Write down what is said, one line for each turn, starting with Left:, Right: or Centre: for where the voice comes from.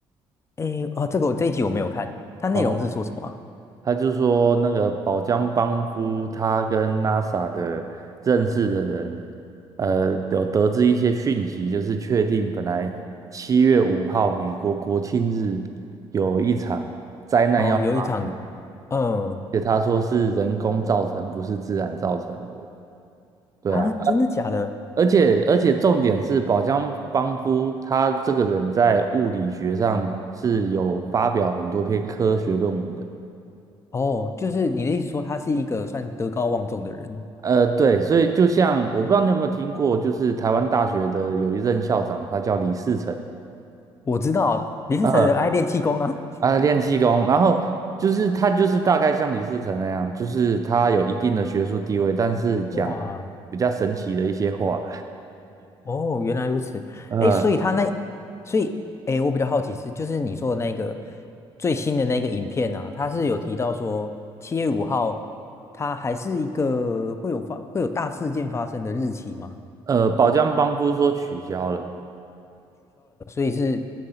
Left: 哎，哦，这个我这一集我没有看，它内容是说什么啊
Right: 哦。他就说那个宝江邦夫他跟 NASA 的认识的人，呃，有得知一些讯息，就是确定本来七月五号美国国庆日有一场灾难要发生，
Left: 哦，有一场，嗯，
Right: 而且他说是人工造成，不是自然造成的。对啊，
Left: 啊，真的假的？
Right: 而且而且重点是宝江邦夫他这个人在物理学上是有发表很多篇科学论文的。
Left: 哦，就是你的意思说他是一个算德高望重的人，
Right: 呃，对，所以就像我不知道你有没有听过，就是台湾大学的有一任校长，他叫李世成，
Left: 我知道林思成的爱练气功啊。
Right: 呃
Left: <laughs>
Right: 啊，练气功，然后就是他就是大概像李世成那样，就是他有一定的学术地位，但是讲
Left: 哇，
Right: 比较神奇的一些话
Left: 哦，原来如此。
Right: <laughs>，呃
Left: 哎，所以他那，所以哎，诶我比较好奇是，就是你说的那个最新的那个影片啊，他是有提到说七月五号，它还是一个会有发会有大事件发生的日期吗？
Right: 呃，宝江帮夫说取消了，
Left: 嗯，